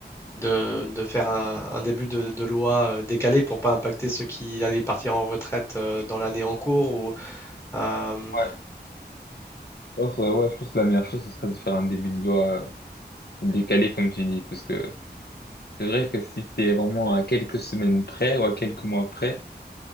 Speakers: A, on the left; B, on the left.
A: de, de faire un, un début de, de loi euh, décalé pour pas impacter ceux qui allaient partir en retraite euh, dans l'année en cours ou euh,
B: Ouais. Alors, euh, ouais, je pense que la meilleure chose ce serait de faire un début de voix euh, décalé comme tu dis, parce que c'est vrai que si c'est vraiment à quelques semaines près ou à quelques mois près,